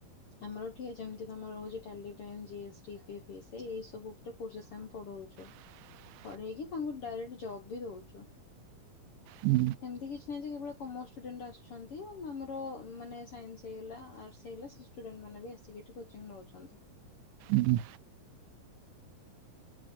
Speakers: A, on the left; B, on the right.
A: ଆମର ଏଠି ଯେମିତି ତୁମର ରହୁଛି Tally Prime, G S T, P P S, ଏ ଏଇସବୁ ଉପରେ କୋର୍ସେସ୍ ଆମେ ପଢ଼ଉଛୁ।
B: <unintelligible>
A: ପଢେଇକି ତାଙ୍କୁ ଡାଇରେକ୍ଟ ଜବ୍ ବି ଦଉଚୁ।
B: ହୁଁ।
A: ଏମିତି କିଛି ନାହିଁ ଯେ କେବଳ କମର୍ସ ଷ୍ଟୁଡେଣ୍ଟ ଆସୁଛନ୍ତି, ଆମର ମାନେ ସାଇନ୍ସ ହେଇଗଲା ଆର୍ଟସ୍ <unintelligible> ଷ୍ଟୁଡେଣ୍ଟ ମାନେ ବି ଆସିକିି ଏଠି କୋଚିଂ ନଉଛନ୍ତି।
B: ହୁଁ।
A: <unintelligible>